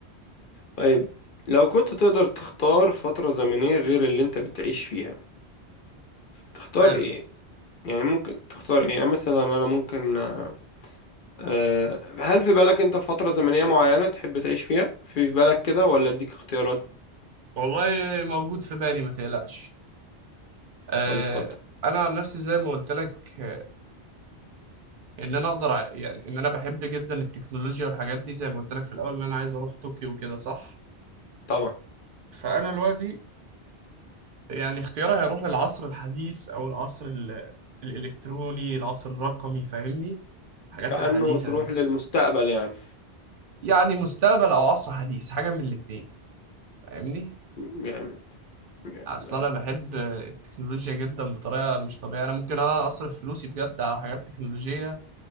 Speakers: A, on the left; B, on the right.
A: طيب لو كنت تقدر تختار فترة زمنية غير اللي انت بتعيش فيها تختار
B: حلو
A: ايه يعني ممكن تختار ايه يعني مثلا انا ممكن آه، آه، هل في بالك انت في فترة زمنية معينة تحب تعيش فيها في في بالك كده ولا اديك اختيارات
B: والله موجود في بالي ما تقلقش آه،
A: طب اتفضل
B: انا عن نفسي زي ما قلت لك آه، ان انا اقدر ع- يعني ان انا بحب جدا التكنولوجيا والحاجات دي زي ما قلت لك في الاول ان انا عايز اروح طوكيو وكده صح
A: طبعا
B: فانا دلوقتي يعني اختياري هيروح للعصر الحديث او العصر ال- الالكتروني العصر الرقمي فاهمني الحاجات
A: كأنه
B: الحديثة
A: تروح
B: دي
A: للمستقبل يعني
B: يعني مستقبل او عصر حديث حاجة من الاتنين فاهمني
A: جامد جامد
B: اصل انا بحب التكنولوجيا جدا بطريقة مش طبيعية انا ممكن انا اصرف فلوسي بجد على حاجات تكنولوجية